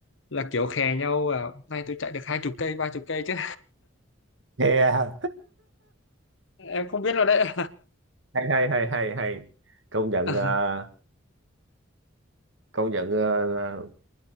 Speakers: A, on the left (about 65°); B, on the right (about 65°).
A: là kiểu khè nhau à, hôm nay tôi chạy được hai chục cây ba chục cây chứ
B: yeah
A: <laughs> em không biết rồi đấy
B: hay hay hay hay hay công nhận
A: <laughs>
B: ờ, công nhận ờ, ờ,